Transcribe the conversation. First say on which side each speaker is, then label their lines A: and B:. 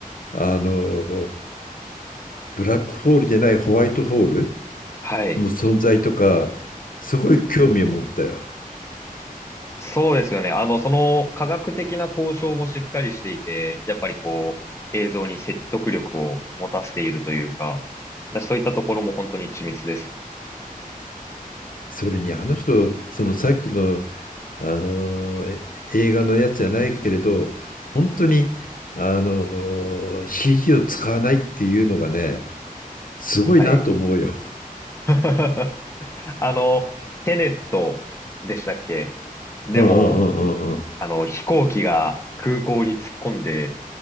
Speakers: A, on the left; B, on the left.
A: あの、ブラックホールじゃないホワイトホール
B: はい。
A: の存在とか、すごい興味を持ったよ。
B: そうですよね。あの、その科学的な交渉もしっかりしていて、やっぱりこう、映像に説得力を持たせているというか、そういったところも本当に緻密ですよね。
A: それにあの人、そのさっきの、あのえ映画のやつじゃないけれど、本当にあの CG を使わないっていうのがね、すごいなと思うよ。
B: はい。<laughs> あの、テネットでしたっけでも、
A: うんうんうんうんうん。
B: あの、飛行機が空港に突っ込んで、